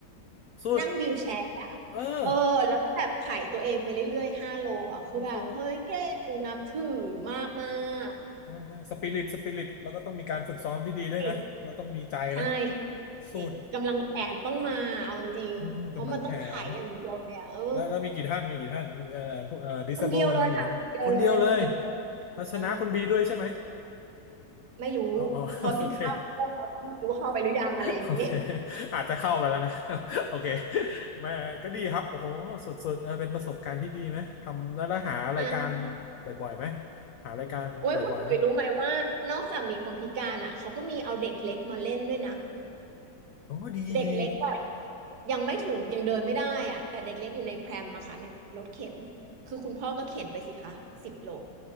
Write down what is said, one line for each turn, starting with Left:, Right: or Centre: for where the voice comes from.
Left: สุด
Right: นั่งวีลแชร์อะ
Left: เออ
Right: เออแล้วก็แบบไถ่ตัวเองไปเรื่อยๆห้าโลอ่ะคือแบบเฮ้ยเก่งนับถือมากมาก
Left: โอ้โหได้ได้สปิริตสปิริตแล้วก็ต้องมีการฝึกซ้อมที่ดีด้วยนะแล้วต้องมีใจนะ
Right: เอกใช่ค่ะเอกกำลังแขนต้องมาเอาจริงๆเพราะมันต้องไถ่อย่างเดียวเลยอ่ะเออ
Left: สุดอืมกำลังแขนแล้วแล้วมีกี่ท่านมีกี่ท่านมีเอ่อพวกเอ่อดิสเบลนี่มีเยอะคนเดียวเลย
Right: คนเดียวเลยค่ะคนเดียวเลยคนเดียวเลย
Left: แล้วชนะคุณบีด้วยใช่ไหม
Right: ใช่ไม่รู้
Left: อ๋อ <laughs> อ๋อโอเค
Right: พอมีเข้าเขาก็ไม่รู้ว่าเข้าไปหรือยังอะไรอย่างนี้
Left: โอเคอาจจะเข้าไปแล้วนะ <laughs> โอเคไม่ก็ดีครับโอ้โหสุดๆเออเป็นประสบการณ์ที่ดีไหมทำแล้วแล้วหารายการ
Right: อ่า
Left: บ่อยๆไหมหารายการบ่อยๆไหม
Right: โอ้ยคุณถุยรู้ไหมว่านอกจากมีคนพิการอ่ะเขาก็มีเอาเด็กเล็กมาเล่นด้วยนะ
Left: อ๋อดีดี
Right: เด็กเล็กแบบยังไม่ถึงยังเดินไม่ได้อ่ะแต่เด็กเล็กอยู่ในแพรมมะค่ะในรถเข็นคือคุณพ่อก็เข็นไปสิคะสิบโล